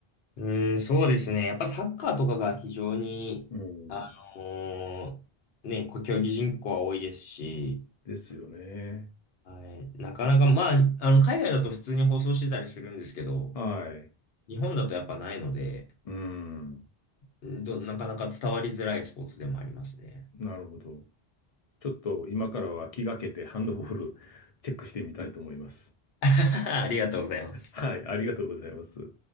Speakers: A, on the left; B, on the left.
A: うーん、そうですね。やっぱサッカーとかが非常に、
B: うん。
A: あのーね、競技人口は多いですし、
B: ですよね。
A: はい、なかなか、まあ、あの、海外だと普通に放送してたりするんですけど、
B: はい。
A: 日本だとやっぱないので、
B: うん。
A: ど、なかなか伝わりづらいスポーツでもありますね。
B: なるほど。ちょっと今からは気がけてハンドボール <laughs> チェックしてみたいと思います。
A: <laughs> ありがとうございます。
B: はい、ありがとうございます。